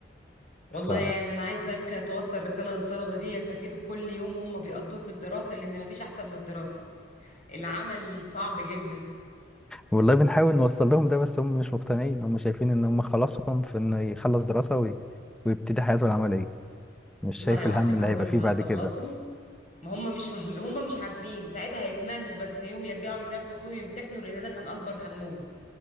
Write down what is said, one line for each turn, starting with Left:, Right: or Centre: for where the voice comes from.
Left: والله
Centre: ف
Left: يعني انا عايزك توصل رساله للطلبه دي يستفيدوا بكل يوم هم بيقضوه في الدراسه لان مفيش احسن من الدراسه العمل صعب جدا
Centre: والله بنحاول نوصل لهم ده بس هم مش مقتنعين هم شايفين ان هم خلاصهم في انه يخلص دراسة وي... ويبتدي حياته العملية مش
Left: والله
Centre: شايف
Left: العظيم
Centre: الهم اللي
Left: اول
Centre: هيبقى فيه
Left: ما
Centre: بعد
Left: يخلصوا
Centre: كده
Left: ما هم مش فاهمين هم مش عارفين ساعتها هيتمنوا بس يوم يرجعوا يذاكروا فيه ويمتحنوا لان ده كان اكبر همهم